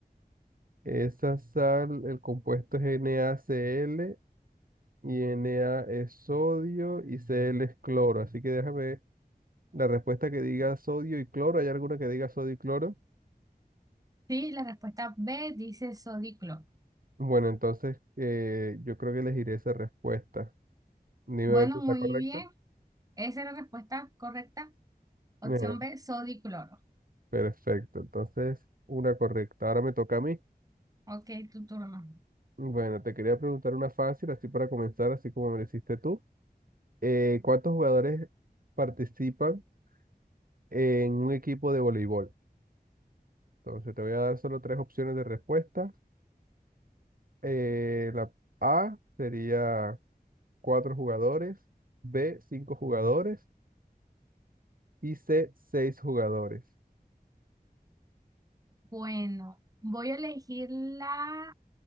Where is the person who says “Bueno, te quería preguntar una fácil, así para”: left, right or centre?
Right